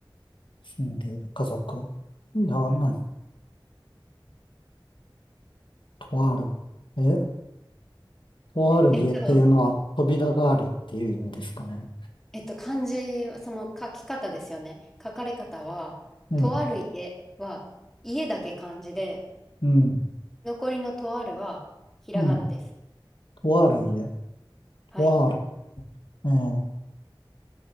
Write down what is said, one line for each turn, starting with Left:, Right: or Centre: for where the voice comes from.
Left: 住んでいる家族。いや、
Centre: うん。
Left: な、とある。え、とある家っていうのは扉があるっていう意味ですかね。
Centre: えっと、えっと、漢字は、その書き方ですよね。書かれ方は、
Left: うん、
Centre: とある家は、家だけ漢字で、
Left: うん、
Centre: 残りのとあるは、ひらがなです。
Left: うん。とある家。
Centre: はい。
Left: とある。うん、